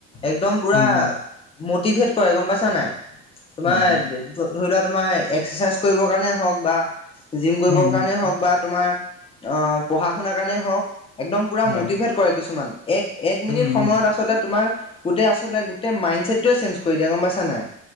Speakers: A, on the left (about 20°); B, on the left (about 65°).
A: একদম পুৰা
B: উম, হুম,
A: মটিভেট কৰে গম পাইছা নাই তোমাৰ
B: হয়, হয়।
A: ধৰি লোৱা তোমাৰ এক্সাৰচাইজ কৰিবৰ কাৰণে হওক বা জিম কৰিবৰ
B: উম, উম,
A: কাৰণেই হওক বা তোমাৰ আহ পঢ়া শুনাৰ কাৰণেই হওক একদম পুৰা
B: হয়।
A: মটিভেট কৰে কিছুমান এক এক মিনিট
B: উম,
A: সময়ত
B: উম,
A: আচলতে তোমাৰ গোতেই আচলতে গোতে মাইঞ্চেটোৱে চেঞ্জ দিয়ে গম পাইছা নাই